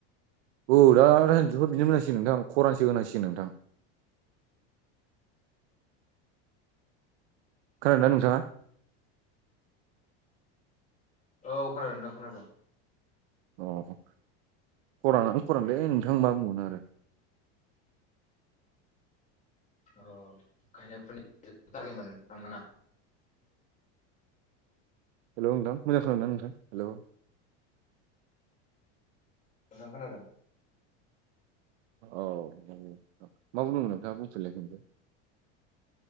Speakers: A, on the right (about 75°); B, on the left (about 20°).
A: औ दा लाइनसेखौ बिदिनो मोननांसिगोन नोंथां खरानसो होनांसिगोन नोंथां खोनादोंना नोंथाङा?
B: औ खोनादों नोंथां खोनादों।
A: अ जे खरानानै खरानलै नोंथां मा बुंबावनो आरो
B: अ' गायनाय फुनायफोरा जोबथ' थाराखै होनबा नोंथांमोना?
A: हेल' नोंथां मोजां खोनादोंना नोंथां हेल'।
B: नोंथां खोनादों।
A: औ औ मा बुंदोंमोन नोंथाङा बुंफिनलाय खेमसे।